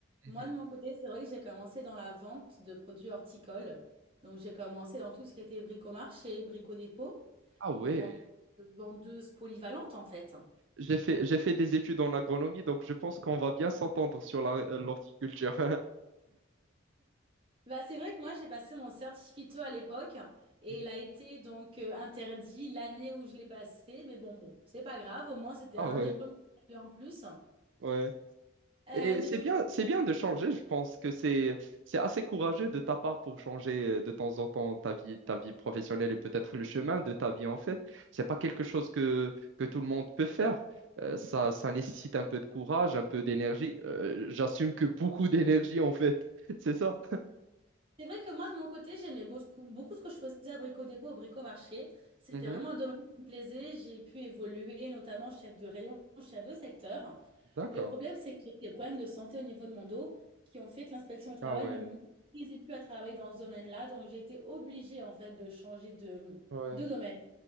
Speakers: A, on the right; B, on the right.
A: Mhm.
B: Moi, de mon côté, c'est vrai que j'ai commencé dans la vente de produits horticoles. Donc, j'ai commencé dans tout ce qui était bricomarché, bricodépôt.
A: Ah ouais,
B: Donc, en tant que vendeuse polyvalente, en fait.
A: j'ai fait, j'ai fait des études en agronomie, donc je pense qu'on va bien s'entendre sur la- euh, l'horticulture.
B: Bah, c'est vrai que moi, j'ai passé mon certificat à l'époque et
A: <laughs>
B: il a été donc euh, interdit l'année où je l'ai passé. Mais bon, bon, c'est pas grave. Au moins, c'était
A: Ah
B: un
A: ouais,
B: diplôme que j'avais en plus.
A: ouais.
B: Euh,
A: Et
B: mais
A: c'est
B: donc,
A: bien, c'est bien de changer. Je pense que c'est, c'est assez courageux de ta part pour changer euh, de temps en temps ta vie, ta vie professionnelle et peut-être le chemin de ta vie en fait. C'est pas quelque chose que, que tout le monde peut faire. Euh, ça, ça nécessite un peu de courage, un peu d'énergie. Euh, j'assume que beaucoup d'énergie en fait. <laughs> C'est ça.
B: c'est vrai que moi, de mon côté, j'aimais beaucoup, beaucoup ce que je faisais à Brico Dépôt, au Brico Marché. C'était
A: Mhm.
B: vraiment un domaine qui me plaisait. J'ai pu évoluer, notamment chef de rayon, chef de secteur.
A: D'accord.
B: Le problème, c'est que j'ai eu des problèmes de santé au niveau de mon dos qui ont fait que l'inspection du travail
A: Ah ouais,
B: ne m'autorisait plus à travailler dans ce domaine-là. Donc, j'ai été obligée, en fait, de changer de,
A: ouais.
B: de domaine.